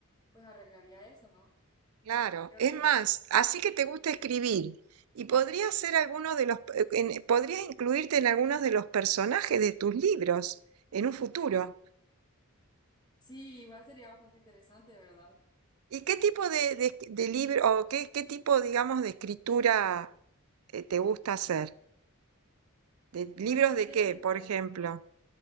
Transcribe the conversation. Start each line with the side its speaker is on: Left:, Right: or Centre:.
Left: pues arreglaría eso, ¿no?
Right: Claro,
Left: Creo
Right: es
Left: que eso
Right: más,
Left: es lo que...
Right: así que te gusta escribir y podrías ser alguno de los, pe- en- podrías incluirte en algunos de los personajes de tus libros en un futuro.
Left: Sí, igual sería bastante interesante, ¿verdad?
Right: ¿Y qué tipo de, de, de libro o qué, qué tipo, digamos, de escritura eh, te gusta hacer? ¿De libros
Left: Bueno, es
Right: de
Left: que
Right: qué,
Left: de
Right: por
Left: todas
Right: ejemplo?
Left: formas,